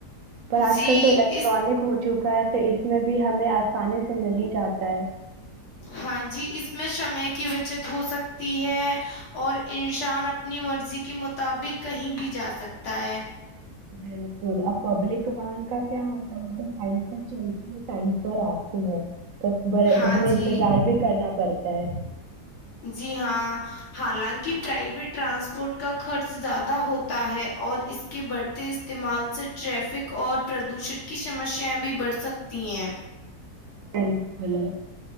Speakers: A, on the right; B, on the left.
A: پر آج
B: جی
A: کل تو الیکٹرانک
B: اس
A: ہو چکا ہے تو اس میں بھی ہمیں آسانی سے مل ہی جاتا ہے
B: ہاں جی اس میں سمے کی بچت ہو سکتی ہے اور انسان اپنی مرضی کے مطابق کہیں بھی جا سکتا ہے
A: بالکل ا پبلک وان کا کیا ہوتا ہے مطلب ٹائم پر چلتے ہیں ٹائم پر آتے ہیں تو بڑے
B: ہاں
A: ہمیں
B: جی
A: انتظار بھی کرنا پڑتا ہے
B: جی ہاں حالانکہ پرائویٹ ٹرانسپورٹ کا خرچ زیادہ ہوتا ہے اور اس کے بڑھتے استعمال سے ٹریفک اور پردوشن کی سمسیا بھی بڑھ سکتی ہیں
A: ا کو ل